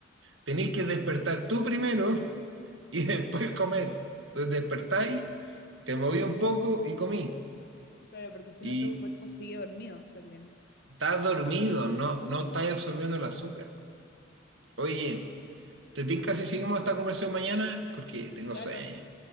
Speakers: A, on the right (about 70°); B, on the left (about 55°).
A: tenéis que despertar tú primero y <laughs> después comer. Entonces despertáis, te moví un poco y comí.
B: Claro, porque si
A: Y
B: no tu cuerpo sigue dormido también.
A: estás dormido, no, no estás absorbiendo el azúcar. Oye, te tinca si seguimos esta conversación mañana porque tengo
B: Claro,
A: sueño.